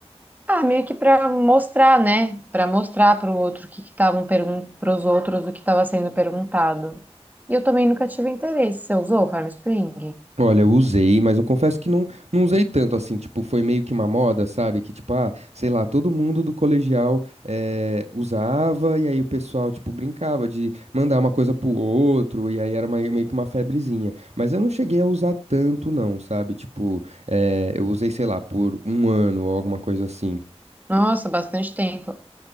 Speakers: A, on the right; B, on the right.
A: ah, meio que para mostrar, né? Para mostrar para o outro o que estavam perguntando para os outros o que estava sendo perguntado. E eu também nunca tive interesse. Você usou o Farm Spring?
B: Olha, eu usei, mas eu confesso que não, não usei tanto assim, tipo, foi meio que uma moda, sabe? Que tipo, ah, sei lá, todo mundo do colegial eh, usava e aí o pessoal, tipo, brincava de mandar uma coisa pro outro e aí era mai- meio que uma febrezinha. Mas eu não cheguei a usar tanto não, sabe? Tipo, eh, eu usei, sei lá, por um ano ou alguma coisa assim.
A: Nossa, bastante tempo.